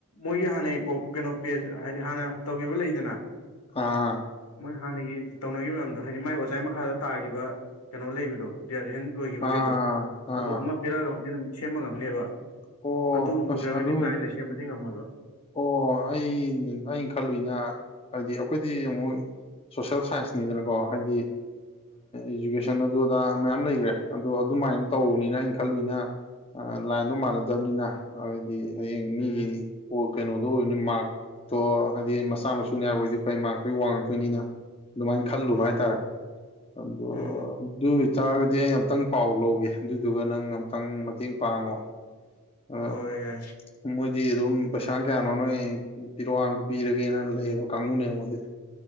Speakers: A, on the left; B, on the left.
A: ꯃꯣꯏꯒꯤ ꯍꯥꯟꯅꯩ ꯀꯩꯅꯣ ꯄꯦꯁ ꯍꯥꯏꯗꯤ ꯍꯥꯟꯅ ꯇꯧꯈꯤꯕ ꯂꯩꯗꯅ꯫
B: ꯑꯥ ꯑꯥ꯫
A: ꯃꯣꯏ ꯍꯥꯟꯅꯒꯤ ꯇꯧꯅꯈꯤꯕ ꯃꯌꯥꯝꯗꯣ ꯍꯥꯏꯗꯤ ꯃꯥꯏ ꯑꯣꯖꯥꯒꯤ ꯃꯈꯥꯗ ꯇꯥꯈꯤꯕ ꯀꯩꯅꯣ ꯂꯩꯕꯗꯣ꯫ ꯗꯤꯌꯥꯗꯦꯁꯟ ꯂꯣꯏꯈꯤꯕꯈꯩꯗꯣ
B: ꯑꯥ ꯑꯥ
A: ꯑꯗꯨꯗꯣ ꯑꯃ ꯄꯤꯔꯛꯑꯒꯕꯨꯗꯤ ꯑꯗꯨꯝ ꯁꯦꯝꯕꯥ ꯉꯝꯅꯤꯕ
B: ꯑꯣ
A: ꯑꯗꯨ ꯎꯗ꯭ꯔꯒꯗꯤ
B: ꯑꯁ ꯑꯗꯨ
A: ꯕ꯭ꯂꯥꯏꯟꯗ ꯁꯦꯝꯕꯗꯤ ꯉꯝꯃꯣꯏꯕ꯫
B: ꯑꯣ ꯑꯩ ꯑꯩꯅ ꯈꯜꯂꯨꯏꯅ ꯍꯥꯏꯗꯤ ꯑꯩꯈꯣꯏꯗꯤ ꯑꯃꯨꯛ ꯁꯣꯁꯦꯜ ꯁꯥꯏꯟꯁꯅꯤꯗꯅꯀꯣ ꯍꯥꯏꯗꯤ ꯏꯖꯨꯀꯦꯁꯟ ꯑꯗꯨꯗ ꯃꯌꯥꯝ ꯂꯩꯒ꯭ꯔꯦ ꯑꯗꯣ ꯑꯗꯨꯃꯥꯏꯅ ꯇꯧꯕꯅꯤꯅ
A: ꯎꯝ
B: ꯑꯩꯅ ꯈꯜꯂꯨꯏꯅ ꯂꯥꯏꯟꯗꯣ ꯃꯥꯟꯅꯗꯕꯅꯤꯅ ꯍꯥꯏꯗꯤ ꯍꯌꯦꯡ
A: ꯎꯝ
B: ꯃꯤꯒꯤ ꯀꯣꯜ ꯀꯩꯅꯣꯗꯣ ꯑꯣꯏꯅꯦ ꯃꯥꯔꯛ ꯇꯣ ꯍꯥꯏꯗꯤ ꯃꯆꯥ ꯃꯁꯨꯅꯦ ꯍꯥꯏꯕꯣꯏꯗꯤ ꯐꯩ ꯃꯥꯔꯛꯇꯒꯤ ꯋꯥꯡꯉꯛꯇꯣꯏꯅꯤꯅ ꯑꯗꯨꯃꯥꯏꯟ ꯈꯜꯂꯨꯕ
A: ꯎꯝ
B: ꯍꯥꯏꯇꯥꯔꯦ ꯑꯗꯣ
A: ꯎꯝ
B: ꯑꯗꯨ ꯑꯣꯏꯇꯥꯔꯒꯗꯤ ꯑꯩ ꯑꯝꯇꯪ ꯄꯥꯎ ꯂꯧꯒꯦ ꯑꯗꯨꯗꯨꯒ ꯅꯪ ꯑꯝꯇꯪ ꯃꯇꯦꯡ ꯄꯥꯡꯉꯣ ꯑꯥ
A: ꯍꯣꯏ ꯌꯥꯏ
B: ꯃꯣꯏꯗꯤ ꯑꯗꯨꯝ ꯄꯩꯁꯥ ꯀꯌꯥꯅꯣ ꯅꯣꯏ ꯄꯤꯔꯣ ꯍꯥꯏꯕꯗ ꯄꯤꯔꯒꯦꯅ ꯂꯩꯌꯦꯕ ꯀꯥꯡꯕꯨꯅꯦ ꯃꯣꯏꯗꯤ